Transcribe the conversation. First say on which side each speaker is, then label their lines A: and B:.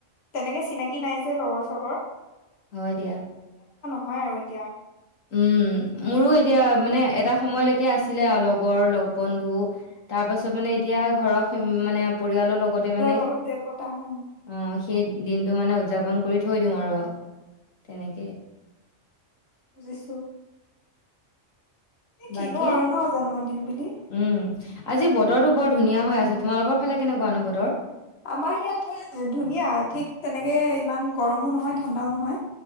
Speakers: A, on the left (about 55°); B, on the left (about 75°).
A: তেনেকে চিনাকি নাই যে লগৰ চগৰ
B: হয় দিয়া।
A: হয় আৰু এতিয়া
B: উম মোৰো এতিয়া মানে এটা সময়লৈকে আছিলে আৰু লগৰ লগ বন্ধু তাৰ পাছত মানে এতিয়া ঘৰৰ ফে মানে পৰিয়ালৰ লগতে মানে
A: লগতে পতা হয়
B: অ সেই দিনটো মানে উদযাপন কৰি থৈ দিওঁ আৰু তেনেকেই।
A: জিছো এ
B: বাকী
A: কিনো আৰু ন জন্মদিন বুলি
B: উম, আজি বতৰটো বৰ ধুনীয়া হৈ আছে। তোমালোকৰ ফালে কেনেকুৱানো বতৰ?
A: আমাৰ ইয়াত ধুনীয়া ঠিক তেনেকে ইমান গৰমো নহয় ঠাণ্ডাও নহয়।